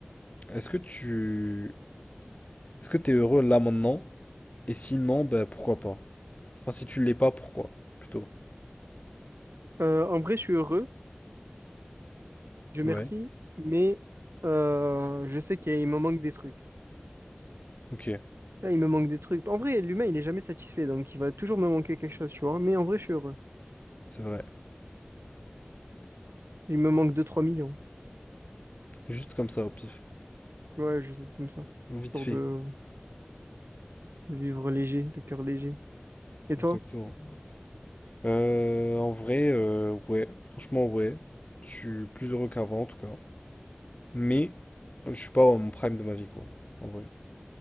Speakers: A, on the left (about 35°); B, on the right (about 80°).
A: Est-ce que tu... Est-ce que t'es heureux là maintenant? Et sinon, ben pourquoi pas? Enfin, si tu l'es pas, pourquoi? Plutôt.
B: Euh, en vrai, je suis heureux, je merci,
A: Ouais.
B: mais euh, je sais qu'il me manque des trucs.
A: Ok,
B: Là, il me manque des trucs. En vrai, l'humain, il est jamais satisfait, donc il va toujours me manquer quelque chose, tu vois. Mais en vrai, je suis heureux.
A: c'est vrai.
B: Il me manque deux trois millions.
A: Juste comme ça, au pif.
B: Ouais, juste comme ça.
A: Vite
B: Pour
A: fait.
B: de, de vivre léger, le cœur léger. Et toi?
A: Exactement. Euh, en vrai, euh, ouais. Franchement, ouais. Je suis plus heureux qu'avant, en tout cas. Mais, euh, je suis pas au prime de ma vie, quoi. En vrai.